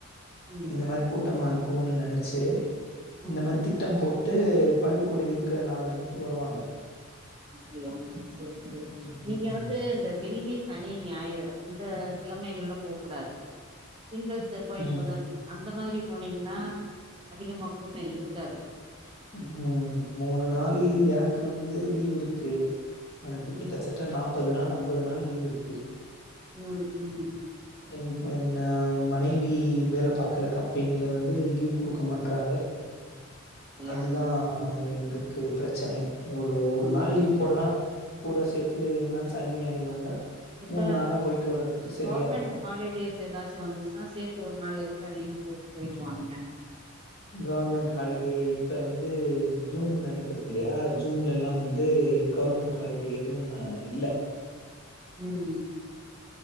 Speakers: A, on the right (about 25°); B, on the left (about 50°).
A: ம்
B: இத மாறி கூட்டமாரு கோனு நெனச்சு இந்த
A: ம்
B: மாரி திட்டம் போ ட்டு பள்ளிக்கூடம் இருக்கற நாளனிக்கி வருவாங்க
A: அப்புடியா சேர் சேரி
B: ம்.
A: நீங்க வந்து இந்த வெள்ளி சனி ஞாயிறு அந்த கிழமைகள்ல போ கூடாது திங்கள் செவ்வாய்
B: ம்.
A: புதன் அந் அந்த மாதிரி போனீங்கனா அதிகமா கூட்டம் இருக்காது
B: ம் மூணு நாள் எனக்கு வந்து லீவ் இருக்கு எனக்கு கிட்டத்தட்ட
A: ம்
B: நாப் ப்பது நாள் அம்பது நாள் லீவு இருக்கு
A: ம், ம்
B: ம், என் மனைவி வேலை பாக்கற கம்பெனில வந்து லீவ் குடுக்க மாட்றாங்க
A: அப்டியா
B: அதுதா
A: சேரி சேரி
B: எங்களுக்கு பிரச்சனை ஒரு ஒரு
A: ம்
B: நாள் லீவ் போட்லா கூட சேத்து ரெண்டுநாள் சனி ஞாயிறு வந்தா
A: இப்ப
B: நாளா போயிட்டு வர்றதுக்கு சரியா
A: கவர்மெண்ட்
B: இருக்கும்.
A: ஹாலிடேஸ் ஏதாச்சு வந்துச்சுன்னா சேத்து ஒரு நாள் எக்ஸ்ட்ரா லீவ் போட்டு போயிட்டு வாங்க
B: கவர்மெண்ட் ஹாலிடே இப்ப வந்து ஜூன் நடக்குது இல்லையா ஜூன்ல எல்லா வந்து கவர்மெண்ட் ஹாலிடே எதுவு இல்ல
A: ம்